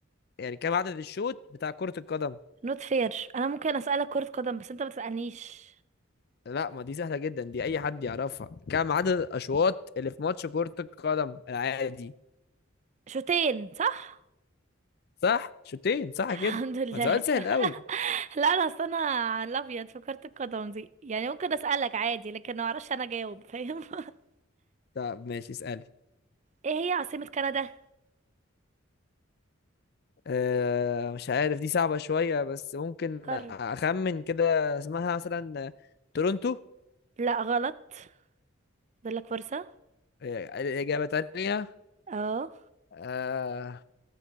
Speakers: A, on the left (about 50°); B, on the right (about 35°).
A: يعني كم عدد الشوط بتاع كرة القدم
B: نوت فير انا ممكن اسألك كرة قدم بس انت ما تسألنيش
A: لا ما دي سهلة جدا دي اي حد يعرفها كم عدد الاشواط اللي في ماتش كرة القدم العادي
B: شوتين صح
A: صح شوطين صح
B: <laughs> الحمد
A: كده
B: لله
A: ما سؤال سهل
B: <laughs>
A: قوي
B: لا انا اصل انا على الابيض في كرة القدم دي يعني ممكن اسألك عادي لكن ما اعرفش انا اجاوب فاهم <laughs>
A: طب ماشي اسألي
B: ايه هي عاصمة كندا
A: أه مش عارف دي صعبة شوية بس ممكن
B: قرب
A: أخمن كده اسمها مثلا تورونتو
B: لا غلط فاضلك فرصة
A: آه، الإجابة تانية
B: اه
A: آه